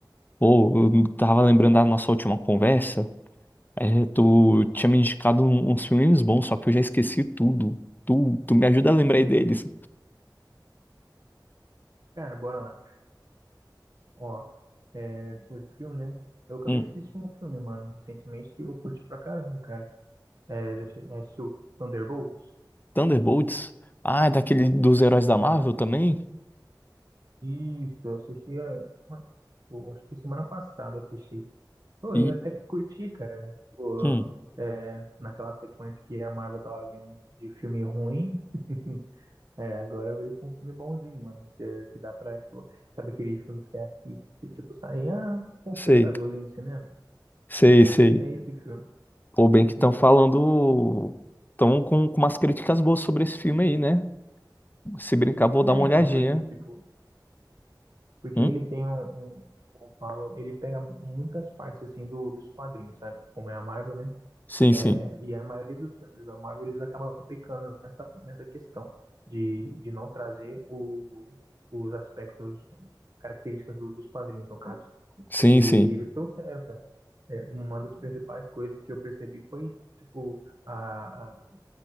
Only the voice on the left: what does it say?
Pô, eu tava lembrando da nossa última conversa. É, tu tinha me indicado um- uns filmes bons, só que eu já esqueci tudo. Tu, tu me ajuda a lembrar aí deles.
Hum,
Thunderbolts. Ah, é daquele dos heróis da Marvel
também?
E,
hum,
sei,
sei, sei.
Pô, bem
que estão falando. Estão com, com umas críticas boas sobre esse filme aí, né? Se brincar, vou dar
uma
olhadinha.
Hum?
Sim,
sim.
Sim,
sim.